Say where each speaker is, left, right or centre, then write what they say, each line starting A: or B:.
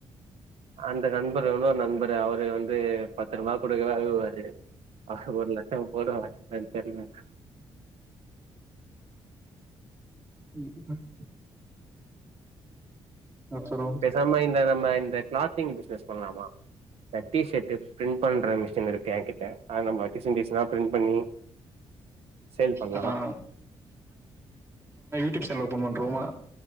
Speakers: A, on the right; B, on the right.
A: அந்த நண்பரு இன்னோரு நண்பரு அவரு வந்து பத்து ரூவா குடுக்கவே அழுவாறு அவர் ஒரு லட்ச <unintelligible> <unintelligible>
B: <unintelligible> அப்பறோ
A: பேசாம இந்த நம்ம இந்த கிளாத்திங் பிசினஸ் பண்ணலாமா டி சர்ட் பிரிண்ட் பண்ற மிஷின் இருக்கு கு எங்கிட்ட அது நம்ம டிசைன் டிசைனா பிரிண்ட் பண்ணி சேல் பண்ணலா
B: ஆ டியூப் சேனல் ஓப்பன் பண்ருவமா